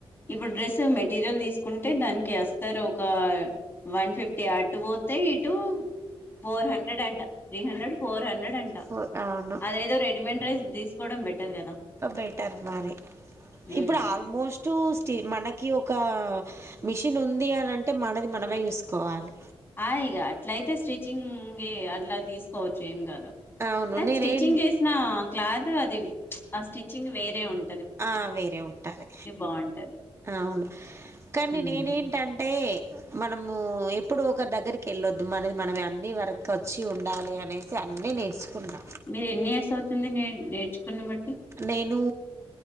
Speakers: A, on the left; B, on the right.
A: ఇప్పుడు డ్రెస్ మెటీరియల్ ది తీసుకుంటే దానికి ఏస్తారు ఒక వన్ ఫిఫ్టీ అటు పోతే టు ఫోర్ హండ్రెడ్ అంట త్రీ హండ్రెడ్ ఫోర్ హండ్రెడ్ అంట
B: సో అవును
A: అదేదో రెడిమేడ్ డ్రైస్ తీసుకోవడం బెటర్ కదా
B: బెటర్ మరి
A: ఉమ్,
B: ఇప్పుడు ఆల్మోస్ట్ స్టీ మనకి ఒక మిషిన్ ఉంది అనంటే మనది మనమే చూసుకోవాలి
A: ఆ ఇగ అట్లయితే స్టిచ్చింగ్ గి అట్లా తీసుకోవచ్చు ఏం గాదు
B: అవును
A: కానీ
B: నేనేం
A: స్టిచ్చింగ్ చేసిన క్లాత్ అది ఆ స్టిచ్చింగ్ వేరే ఉన్
B: ఆ వేరే ఉంటాది
A: బాగుంటది
B: అవును కానీ
A: ఉమ్
B: నేనేంటంటే మనము ఎప్పుడు ఒక దగ్గరికి వెళ్ళొద్దు మనది మనం అన్నీ వరక్ వచ్చి ఉండాలి అనేసి అన్ని నేర్చుకుంటా
A: మీరు ఎన్ని ఇయర్స్ అవుతుంది నే నేర్చుకున్న బట్టి
B: నేను